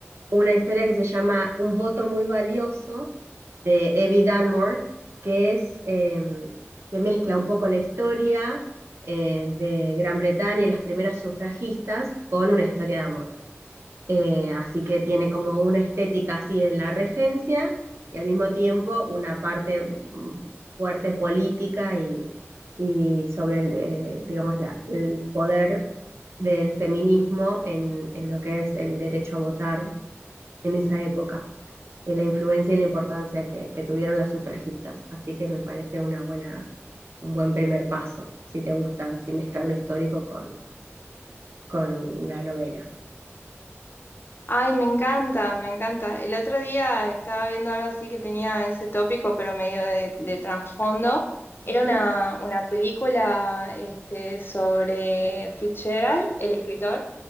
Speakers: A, on the right; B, on the left.
A: una historia que se llama Un voto muy valioso de Evie Dunmore, que es eh, que mezcla un poco la historia eh, de Gran Bretaña y las primeras sufragistas con una historia de amor. Eh, así que tiene como una estética así de la regencia y al mismo tiempo una parte mm, fuerte política y, y sobre el, eh, digamos, la- el poder del feminismo en, en lo que es el derecho a votar en esa época, en la influencia y la importancia que, que tuvieron las sufragistas. Así que me parece una buena, un buen primer paso, si te gusta, si mezclar lo histórico con, con la novela.
B: Ay, me encanta, me encanta. El otro día estaba viendo algo así que tenía ese tópico, pero medio de, de trasfondo.
A: Ujú.
B: Era una, una película este, sobre Fitzgerald, el escritor.